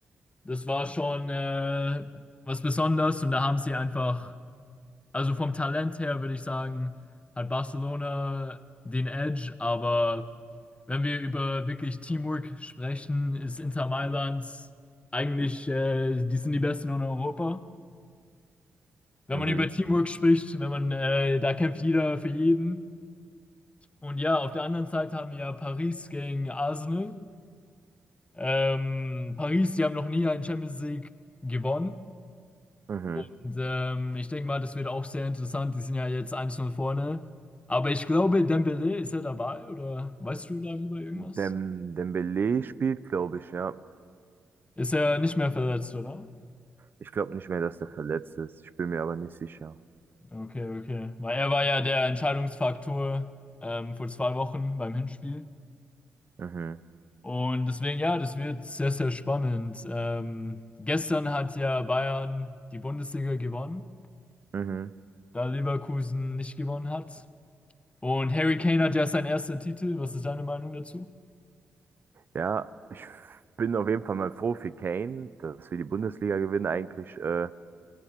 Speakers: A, on the left (about 25°); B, on the right (about 50°).
A: Das war schon äh, was Besonderes und da haben sie einfach, also vom Talent her würde ich sagen, hat Barcelona den Edge, aber wenn wir über wirklich Teamwork sprechen, ist Inter Mailand eigentlich, äh, die sind die Besten in Europa. Wenn
B: Mhm.
A: man über Teamwork spricht, wenn man, äh, da kämpft jeder für jeden. Und ja, auf der anderen Seite haben wir ja Paris gegen Arsenal. Ähm, Paris, die haben noch nie einen Champions League gewonnen.
B: Mhm.
A: Und, ähm, ich denke mal, das wird auch sehr interessant. Die sind ja jetzt 1-0 vorne. Aber ich glaube, Dembélé, ist er dabei oder weißt du darüber irgendwas?
B: Dem, Dembele spielt, glaube ich, ja.
A: Ist er nicht mehr verletzt, oder?
B: Ich glaube nicht mehr, dass der verletzt ist. Ich bin mir aber nicht sicher.
A: Okay, okay. Weil er war ja der Entscheidungsfaktor ähm, vor zwei Wochen beim Hinspiel.
B: Mhm.
A: Und deswegen, ja, das wird sehr, sehr spannend. Ähm, gestern hat ja Bayern die Bundesliga gewonnen,
B: Mhm.
A: da Leverkusen nicht gewonnen hat. Und Harry Kane hat ja seinen ersten Titel. Was ist deine Meinung dazu?
B: Ja, ich bin auf jeden Fall mal froh für Kane, dass wir die Bundesliga gewinnen. Eigentlich, äh,